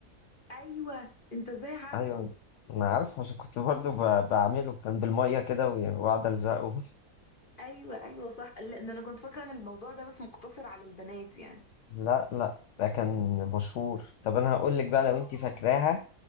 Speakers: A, on the left; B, on the left.
A: ايوه انت ازاي عارفه
B: أيوة أنا عارف عشان كنت برضو ب- بعمله كان بالمية كده و- وأقعد ألزقه
A: ايوه ايوه صح لان انا كنت فاكره ان الموضوع ده بس مقتصر على البنات يعني
B: لا لا ده كان مشهور طب أنا هقول لك بقى لو
A: اه
B: أنت فاكراها